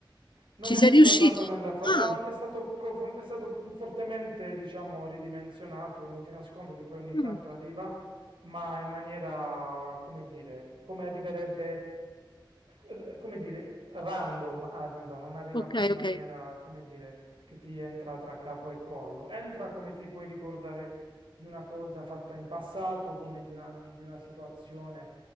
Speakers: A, on the right; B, on the left.
A: Non
B: Ci
A: è
B: sei
A: più
B: riuscito?
A: tornato nella fa-
B: Ah,
A: no, è stato, profo- è stato fortemente, diciamo, ridimensionato. Non ti nascondo che poi ogni
B: mm,
A: tanto arriva, ma in maniera, come dire, come arriverebbe, eh, come dire, random arriva, non arriva
B: ok,
A: più in maniera,
B: ok.
A: come dire, che ti entra tra capo e collo. Entra come ti puoi ricordare di una cosa fatta in passato, come di una, di una situazione.